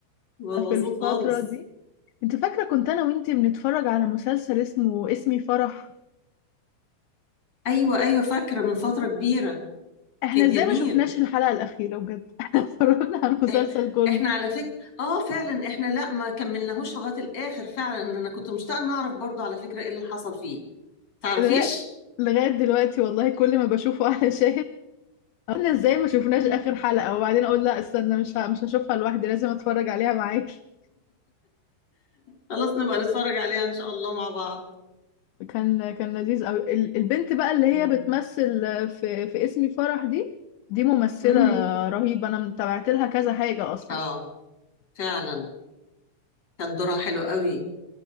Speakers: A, on the left; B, on the left.
A: <laughs> بوظوه
B: ففي الفتره
A: خالص
B: دي انت فاكرة كنت انا وانتي بنتفرج على مسلسل اسمه اسمي فرح
A: ايوه ايوه فاكره من فتره كبيره
B: احنا
A: كان
B: ازاي
A: جميل
B: ما شفناش الحلقة الأخيرة بجد <laughs> احنا اتفرجنا على المسلسل
A: إح...
B: كله
A: احنا على فكره اه فعلا احنا لا ما كملناهوش لغايه الاخر فعلا انا كنت مشتاقه ان اعرف برضو على فكره ايه اللي حصل فيه تعرفيش
B: لغاية لغاية دلوقتي والله كل ما بشوفه <laughs> على شاهد احنا ازاي ما شفناش
A: مم.
B: آخر حلقة وبعدين اقول لا استنى مش ه- مش هشوفها لوحدي لازم اتفرج عليها معاكي
A: خلاص نبقى نتفرج عليها ان شاء الله مع بعض
B: كان كان لذيذ قوي ال- البنت بقى اللي هي
A: مم.
B: بتمثل في في اسمي فرح دي دي ممثلة
A: امم
B: رهيبة انا متابعت لها كذا حاجة اصلا
A: اه فعلا كان دورها حلو قوي